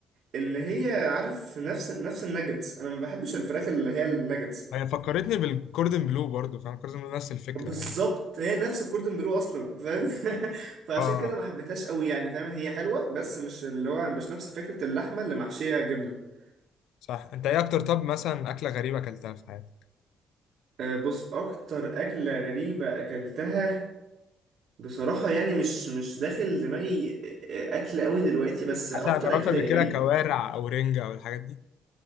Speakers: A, on the right; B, on the left.
A: ان هي عارف نفس نفس الناجتس انا ما بحبش الفراخ اللي هي الناجتس
B: هي فكرتني بالكوردن بلو برضو فاهم كوردن بلو نفس الفكره
A: بالظبط
B: يعني
A: هي نفس الكوردن بلو اصلا فاهم <laughs> فعشان
B: اه
A: كده ما حبيتهاش قوي يعني فاهم هي حلوة بس مش اللي هو مش نفس فكرة اللحمة اللي محشية جبنة
B: صح انت ايه اكتر طب مثلا اكله غريبه اكلتها في حياتك
A: أه، بص اكتر اكلة غريبة اكلتها بصراحة يعني مش مش داخل دماغي أكل قوي دلوقتي بس أكتر
B: مثلا جربت
A: أكل
B: قبل كده
A: غريب
B: كوارع او رنجه او الحاجات دي